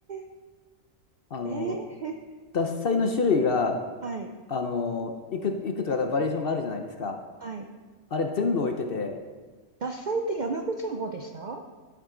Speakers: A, on the right; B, on the left.
A: え
B: あの、
A: えー、へ
B: 獺祭の種類が、
A: はい、
B: あの、いく、いくつかバリエーションがあるじゃないですか。
A: はい。
B: あれ全部置いてて、
A: 獺祭って山口の方でした